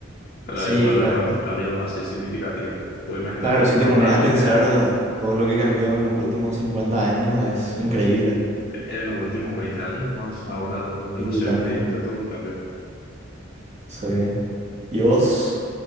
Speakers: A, on the left (about 45°); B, on the right (about 35°).
A: para
B: sí,
A: después
B: cla-
A: de haber tantos cambios así significativos. Pues imagínate,
B: claro, si te
A: ahora
B: pones a
A: lo
B: pensar
A: que hay
B: eh, todo lo que cambió en los últimos 50 años es increíble.
A: en los últimos 20 años más, ahora es demasiado
B: Sí, también.
A: increíble fue todos los cambios.
B: Sí. ¿Y vos